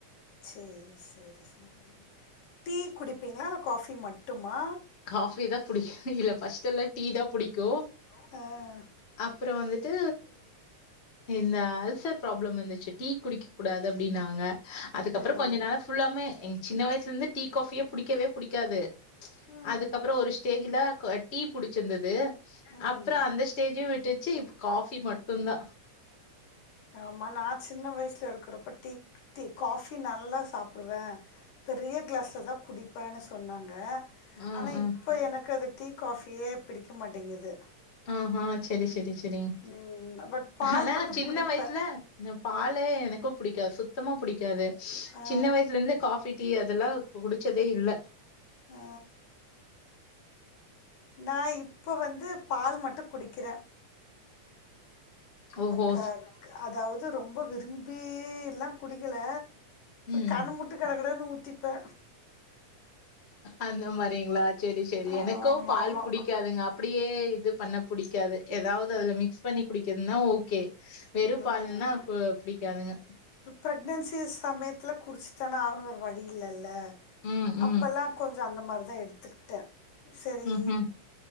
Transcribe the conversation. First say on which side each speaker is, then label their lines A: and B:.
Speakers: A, on the left; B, on the left.
A: சேரி சேரி சேரி டீ குடிப்பீங்ளா இல்ல காஃபி மட்டுமா
B: காஃபி தா புடிக்கு இல்ல ஃபர்ஸ்ட்டெல்லா டீ தா புடிக்கூ
A: அ
B: அப்புறோ வந்துட்டு இந்த அல்சர் ப்ராப்ளம் வந்துச்சு டீ குடிக்கக்க கூடாது அப்டினாங்க அதுக்கப்புறம்
A: ஓ
B: கொஞ்ச நாளா ஃபுல்லாமே எங்க சின்ன வயசுல இருந்து டீ காஃபியே புடிக்கவே புடிக்காது
A: ம்
B: அதுக்கப்புறோ ஒரு ஸ்டேஜ்ல டீ புடிச்சிருந்தது
A: ம்
B: அப்புறொ அந்த சேஜி விட்டுச்சி இப்ப காஃபி மட்டுந்தா
A: ம்மா நா சின்ன வயசுல இருக்கிறப்ப டீ காஃபி நல்லா சாப் ப்புடுவ பெரிய க்ளாஸ்ல தா குடிப்பேனு சொன்னாங்க
B: ம்
A: ஆனா
B: ம்
A: இப் இப்போ எனக்கு அது டீ காஃபியே பிடிக்க மாட்டேங்குது
B: ஆஹா செரி செரி செரிங்
A: ம் பட் பால்
B: ஆனா
A: மட்டு
B: சின்ன
A: குடிப்பே
B: வயசுல பாலே எனக்கும் புடிக்காது சுத்தமா புடிக்காது
A: ஆ
B: சின்ன வயசுல இருந்து இந்த காஃபி டீ அதெல்லா குடிச்சதே இல்ல
A: ஆ நா இப்போ வந்து பால் மட்டு குடிக்கிறே
B: ஓஹோ
A: க அதாவ்து ரொம்ப விரும்பில்லா குடிக்கல
B: ம்
A: கண்ணு மூட்டு கடக்கடன்னு ஊத்திப்பே
B: அந்த மாரிங்ளா செரி செரி எனக்கோ
A: ஆமா
B: பால்
A: ஆமா
B: புடிக்காதுங்க அப் அப்டியே இது பண்ண புடிக்காது எதாவ்து அதுல மிக்ஸ் பண்ணி குடிக்கதுன்னா ஓகே வெறும்
A: ம்
B: பால்ன்னா கு புடிக்காதுங்க
A: ப்ரெக்னன்சி சமயத்துல குடிச்சி தான ஆகனு வேர வழி இல்லல்ல
B: ம் ம்
A: அப்பல்லாம் கொஞ்சொ அந்த மாரி தா எடுத்துக்கிட்டே செரி
B: ம்ஹ்ம்.